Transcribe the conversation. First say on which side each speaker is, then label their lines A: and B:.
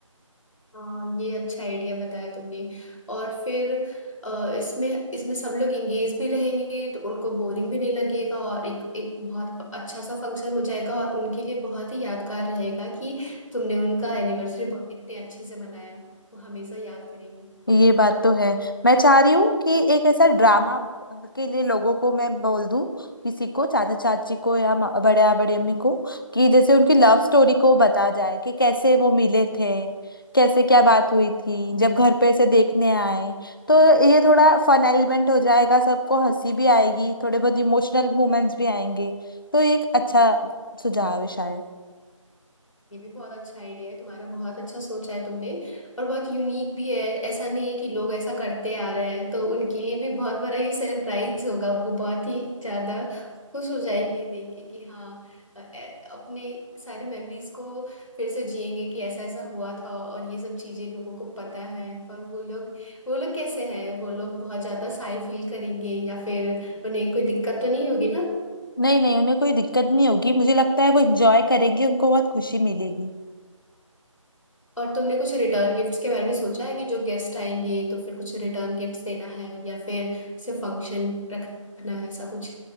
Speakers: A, on the left; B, on the left.
A: हाँ ये अच्छा आइडिया बताया तुमने और फिर अ, इसमें इसमें सब लोग एंगेज भी रहेंगे तो उनको बोरिंग भी नहीं लगेगा और एक एक बहुत अच्छा सा फंक्शन हो जाएगा और उनके लिए बहुत ही यादगार रहेगा कि तुमने उनका एनिवर्सरी इतने अच्छे से मनाया वो हमेशा याद करेंगे
B: ये बात तो है मैं चाह रही हूँ कि एक ऐसा ड्रामा के लिए लोगों को मैं बोल दूं किसी को चाचा चाची को या म- बड़े या बड़ी अम्मी को कि जैसे उनकी लव स्टोरी को बता जाए कि कैसे वो मिले थे कैसे क्या बात हुई थी जब घर पे ऐसे देखने आए तो ये थोड़ा फन एलिमेंट हो जाएगा सबको हंसी भी आएगी थोड़े बहुत इमोशनल मोमेंट्स भी आएंगे तो ये एक अच्छा सुझाव है शायद
A: ये भी बहुत अच्छा आइडिया है तुम्हारा बहुत अच्छा सोचा है तुमने और बहुत यूनिक भी है ऐसा नहीं है कि लोग ऐसा करते आ रहे हैं तो उनके लिए भी बहुत बड़ा ये सरप्राइज होगा वो बहुत ही ज्यादा खुश हो जाएंगे देख के कि हाँ अ- अ- अपने सारे मेमोरीज को फिर से जिएंगे कि ऐसा ऐसा हुआ था और ये सब चीजें लोगों को पता है और वो लोग वो लोग कैसे हैं वो लोग बहुत ज्यादा साई फील करेंगे या फिर उन्हें कोई दिक्कत तो नहीं होगी ना
B: नहीं नहीं उन्हें कोई दिक्कत नहीं होगी मुझे लगता है वो इंजॉय करेंगे उनको बहुत खुशी मिलेगी
A: और तुमने कुछ रिटर्न गिफ्ट्स के बारे में सोचा है कि जो गेस्ट आएंगे तो फिर कुछ रिटर्न गिफ्ट्स देना है या फिर सिर्फ फंक्शन रखना है ऐसा कुछ